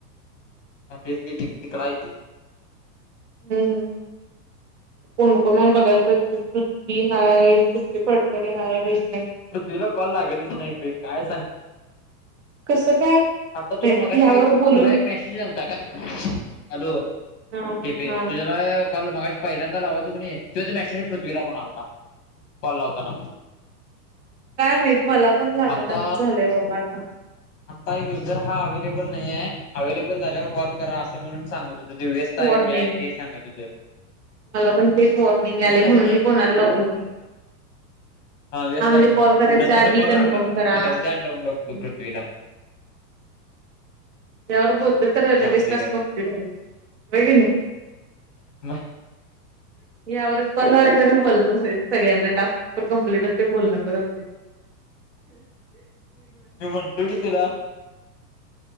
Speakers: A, on the left; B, on the right.
A: हा तेच की तिकडं हाय ती.
B: हम्म हम हम. कोण कोण हाय बघाय पाहिजे. पृथ्वी हाय, श्रुती फडतरे हाय, वैष्ण
A: पृथ्वीला कॉल लागतच नाइ त काय सांग
B: कसं काय
A: आता तुला
B: नाहीतर
A: मगाशी
B: ह्यावर
A: तुला
B: बोलून
A: एक मेसेज आलता काय? हॅलो!
B: हा
A: टेपे
B: हा
A: तुझ्या काल कॉल मगाशी पहिल्यांदा लावाल तु कने तोच मॅसेज पूर पृथ्वीला पण आलता. कॉल लावताना.
B: काय माहित मला पण लागणाच
A: आता
B: झालंय बाबा आता.
A: आता युझर हा अव्हेलेबल नाही आहे. अवे्हेलेबल झाल्यावर कॉल करा असं म्हणून सांगत होतं ते व्यस्त
B: वॉर्निंग
A: य, हे हाय, ते सांगत हुतं
B: मला पण तेच वॉर्निंग यालंय
A: असं
B: म्हणून
A: नाही
B: मी कोणाला लावलो नाही.
A: व्यस्त
B: हा म्हणजे
A: आहे म्हणून
B: कॉल करायच्या
A: नंतर
B: आधी
A: न कॉल
B: कन्फर्म
A: लागला
B: करा
A: आता
B: असं
A: उद्यान लावून बघतो पृथ्वीला
B: त्यावर बोलले तर लगेच
A: लागतोय
B: टास्क
A: काय
B: कंप्लिट होईल. होय कणी?
A: मग
B: यावरच पलाजने बोलतो. सगळ्यांना टास्क कंप्लीट होतंय. बोलणं पण होतंय.
A: मी म्हणतो की तिला